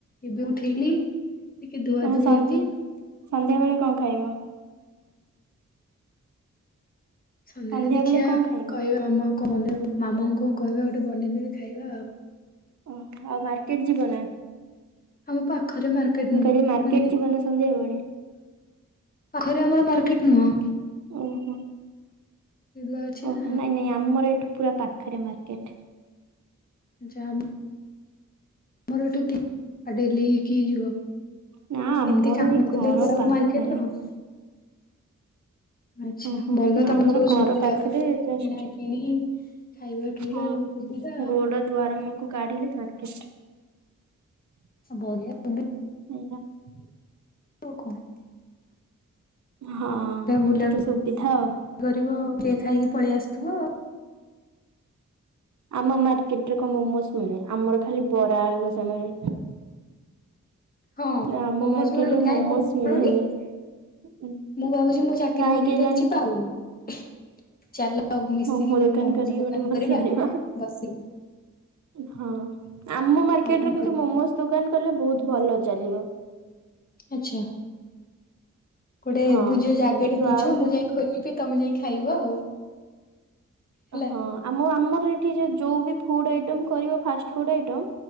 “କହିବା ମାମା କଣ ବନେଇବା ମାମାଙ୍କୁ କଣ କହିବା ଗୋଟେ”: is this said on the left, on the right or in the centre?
Left